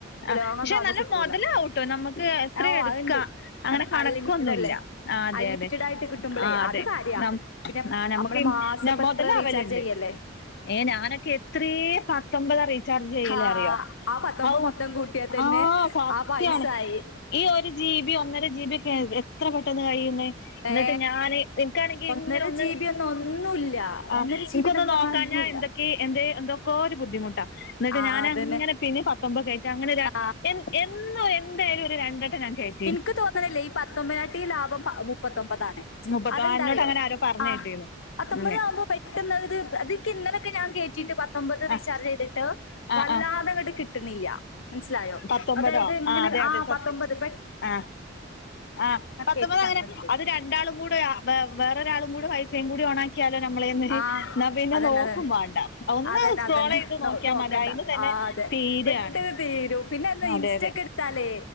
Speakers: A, on the left; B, on the left.
A: അ
B: ലോങ്ങൊക്കെ
A: പക്ഷെ
B: ആവുമ്പോ
A: നല്ല
B: കിട്ടൂല
A: മൊതലാവൂട്ടോ നമുക്ക് എത്രേം
B: ഓ
A: എടുക്കാം
B: അതുണ്ട്
A: അങ്ങനെ
B: കാരണം
A: കണക്കൊന്നുവില്ല
B: അൺലിമിറ്റഡ് അല്ലേ
A: ആഹ് അതെ
B: അൺലിമിറ്റഡ്
A: അതെ
B: ആയിട്ട് കിട്ടുമ്പോളേ
A: ആ അതെ
B: അത് കാര്യാ
A: നമു
B: പിന്നെ
A: ആഹ് നമ്മുക്ക്
B: നമ്മള് മാസം
A: ആ
B: ഇപ്പൊ
A: മൊ
B: എത്ര
A: തലാവലുണ്ട്
B: റീചാർജ് ചെയ്യല്ലേ
A: ഏഹ് ഞാനൊക്കെ എത്രേ പത്തൊമ്പത് റീ ചാർജ് ചെയ്യലാ
B: ആ
A: അറിയോ
B: ആ പത്തമ്മ
A: ഔ
B: മൊത്തം കൂട്ടിയാ തന്നെ
A: ആഹ് സത്യാണ്
B: ആ പൈസായി.
A: ഈ ഒരു ജിബി ഒന്നര ജിബി ഒക്കെ എത്ര പെട്ടെന്നാ കഴിയുന്നേ എന്നിട്ട്
B: ഏ
A: ഞാന് നിനക്ക്ണെങ്കി
B: ഒന്നര
A: ഇങ്ങനെ ഒന്ന്
B: ജി ബി ഒന്നും ഒന്നൂല്ല.
A: ആഹ
B: ഒന്നര ജി
A: എനിക്ക്ന്ന്
B: ബി എന്നൊക്കെ പറഞ്ഞാ
A: നോക്കാ
B: ഒന്നൂല്ല.
A: ഞാൽ. ക്ക് എ എന്തൊക്കെ ഒരു ബുദ്ധിമുട്ടാ എന്നിട്ട്
B: ആ
A: ഞാനൻങ്ങനെ
B: അതന്നെ.
A: പിന്നെ പതൊമ്പത് കയറ്റ അങ്ങനെ
B: ആ
A: എന്നും എന്തായാലും ഒരു രണ്ടട്ടം ഞാൻ കേട്ടു.
B: എനിക്ക് തോന്നണല്ലേ ഈ പത്തൊമ്പതാട്ടി ലാഭം മുപ്പത്തൊമ്പത ആാണ്.
A: മുപ്പത്താ
B: അതെന്താറിയോ
A: എന്നോട് അങ്ങനെ ആരോ പറഞ്ഞ്
B: ആ്
A: കേട്ടീന്ന്
B: പത്തൊമ്പത
A: അങ്ങനെ
B: പെട്ടന്ന് അത് അത്ഇന്നലക്കെ കേ് പത്തൊമ്പത് റീചാർജ്
A: ആഹ്
B: ചെയ്തിട്ട്. വൺ
A: ആഹ് ആഹ്
B: ലാ അതങ്ങട്ട് കിട്ടുന്നില്ല മനസിലായോ
A: പത്തൊമ്പതോ
B: അതായത് ഇങ്ങനെ
A: ആഹ് അതെ
B: ആ
A: അതെ സത്യം
B: പത്തൊമ്പത് പെ
A: ആഹ് ആഹ് പത്തൊമ്പത്
B: കേറ്റിയിട്ട്
A: അങ്ങനെ
B: സംഭവിച്ചത്.
A: അ രണ്ടാളും കൂടെ വേ വേറൊരാളും കൂടി വൈഫൈയും കൂടി ഓണാക്കി യാലോ നമ്മളേന്ന്
B: ആഹ്
A: ഇന്നാ പിന്നെ
B: അതന്നെ
A: നോക്കും
B: അതന്നെ
A: മാണ്ട ഒന്ന്
B: അതന്നെ
A: സ്ക്രോളെയ്ത്
B: അതന്നെ നോ
A: നോക്കിയാ
B: നോക്കണ്ട
A: മതി അയിനു തന്നെ
B: ആഹ് അതെ
A: തീരാണ്
B: പെട്ടെ ന്ന് തീരും പിന്നർഞ്ഞാ
A: അതെ
B: ഇൻസ്റ്റക്കെ
A: അതെ
B: ഇട്ത്താലെ